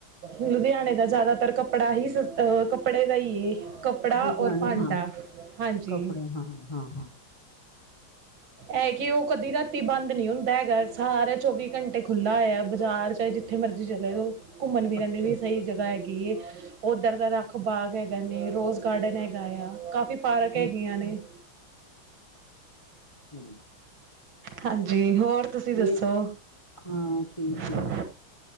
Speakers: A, on the right; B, on the left.
A: ਲੁਧਿਆਣੇ ਦਾ ਜ਼ਿਆਦਾਤਰ ਕੱਪੜਾ ਹੀ ਸਸ ਅ ਕਪ ਕੱਪੜੇ ਦਾ ਈ ਏ ਕੱਪੜਾ
B: ਲੁਧਿਆਣੇ
A: ਔਰ ਭਾਂਡਾ
B: ਹਾਂ,
A: ਹਾਂਜੀ।
B: ਕੱਪੜੇ ਹਾਂ ਹਾਂ ਹਾਂ।
A: ਇਹ ਕੀ ਉਹ ਕਦੀ ਦਾ ਤੀ ਬੰਦ ਨੀ ਹੁੰਦਾ ਹੈਗਾ, ਸਾਰਾ ਚੌਵੀ ਘੰਟੇ ਖੁੱਲਾ ਐ ਬਾਜ਼ਾਰ, ਚਾਹੇ ਜਿੱਥੇ ਮਰਜ਼ੀ ਚਲੇ ਜਾਓ। ਘੁੰਮਣ ਫਿਰਨ
B: ਅੱਛਾ,
A: ਦੀ ਵੀ ਸਹੀ ਜਗ੍ਹਾ ਹੈਗੀ। ਕੀ ਉੱਧਰ ਦਾ ਰੱਖ ਬਾਗ ਹੈਗਾ ਨੇ, ਰੋਜ਼ ਗਾਰਡਨ ਹੈਗਾ ਆ ਕਾਫੀ ਪਾਰਕ
B: ਹੂੰ,
A: ਹੈਗੀਆਂ ਨੇ।
B: ਹੂੰ
A: ਹਾਂਜੀ ਹੋਰ ਤੁਸੀਂ ਦੱਸੋ?
B: ਮੇ ਹਾਂ, ਠੀਕ
A: ਹ
B: ਈ ਐ।